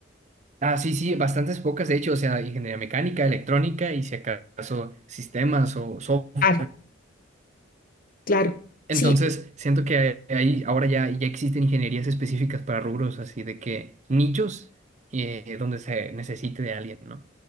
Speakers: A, on the right (about 35°); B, on the left (about 45°).
A: Ah, sí, sí, bastantes pocas, de hecho, o sea, ingeniería mecánica, electrónica y si acaso sistemas o software.
B: Claro, claro.
A: Entonces,
B: Sí,
A: siento que hay- ahí ahora ya, ya existen ingenierías específicas para rubros, así de que nichos eh, donde se necesite de alguien, ¿no?